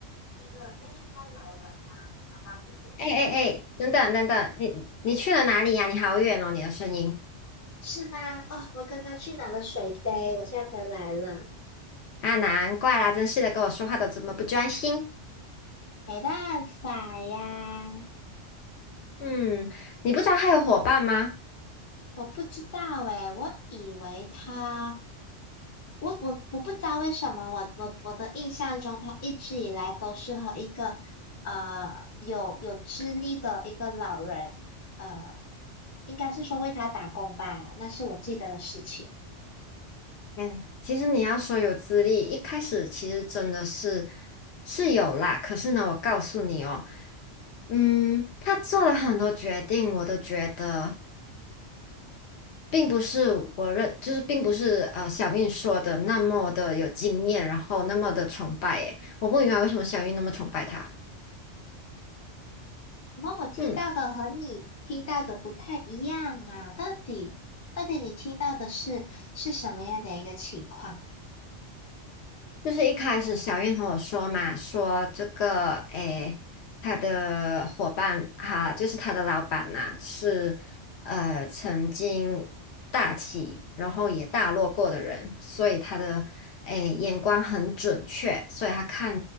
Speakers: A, on the left (about 20°); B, on the left (about 65°).
A: 一个，要说他老人嘛，好吧，我就简称他老人吧
B: 哎哎哎，等等等等，你你去了哪里呀？你好远哦，你的声音
A: 是吗？哦，我刚刚去拿了水杯，我现在回来了。
B: 啊，难怪啦，真是的，跟我说话都这么不专心。
A: 没办法呀，
B: 嗯，你不知道她有伙伴吗？
A: 我不知道诶，我以为他我我我不知道为什么，我我我的印象中，他一直以来都是和一个呃有有资历的一个老人，呃，应该是说为他打工吧，那是我记得的事情。
B: 嗯，其实你要说有资历，一开始其实真的是是有啦。可是呢，我告诉你哦，嗯，他做了很多决定，我都觉得并不是我认，就是并不是呃小韵说的那么的有经验，然后那么的崇拜。诶，我不明白为什么小韵那么崇拜他。
A: 那我听到的和你听到的不太一样啊，
B: 嗯。
A: 到底到底你听到的是是什么样的一个情况
B: 就是一开始小燕和我说嘛，说这个诶，他的伙伴哈、就是他的老板呐、是呃曾经大起，然后也大落过的人，所以他的诶眼光很准确，所以他看